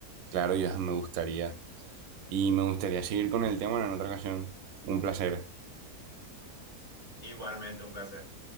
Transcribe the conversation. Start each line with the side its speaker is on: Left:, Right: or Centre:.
Right: Claro, Johan, me gustaría y me gustaría seguir con el tema en otra ocasión. Un placer.
Left: Igualmente un placer.